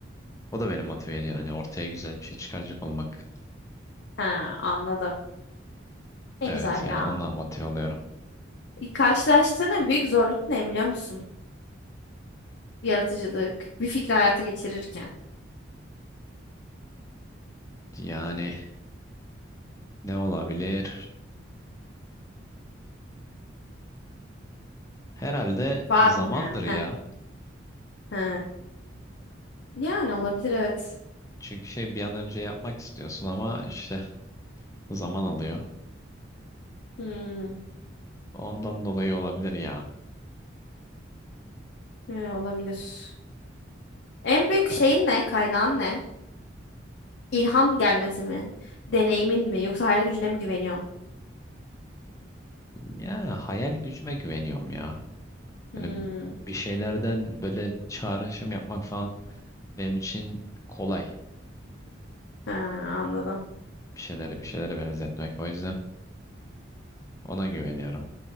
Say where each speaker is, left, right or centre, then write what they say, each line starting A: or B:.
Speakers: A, on the left (about 15°); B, on the left (about 60°).
A: o da beni motive ediyor. Hani ortaya güzel bir şey çıkaracak olmak.
B: Ha, anladım. Ne
A: Evet
B: güzel
A: yani
B: ya.
A: ondan motive oluyorum.
B: E, Karşılaştığın en büyük zorluk ne biliyor musun? Yaratıcılık, bir fikri hayata geçirirken.
A: Yani ne olabilir? Herhalde
B: Var
A: zamandır
B: mı yani? Heh.
A: ya.
B: He. Yani olabilir evet.
A: Çünkü şey bir an önce yapmak istiyorsun ama işte zaman alıyor.
B: Hmm.
A: Ondan dolayı olabilir ya.
B: He, olabilir. En büyük şeyin ne? Kaynağın ne? İlham gelmesi mi? Deneyimin mi? Yoksa hayal gücüne mi güveniyorsun?
A: Ya hayal gücüme güveniyorum ya.
B: Hmm.
A: Yani bir şeylerden böyle çağrışım yapmak falan benim için kolay.
B: Ha, anladım.
A: Bir şeylere bir şeylere benzetmek. O yüzden ona güveniyorum.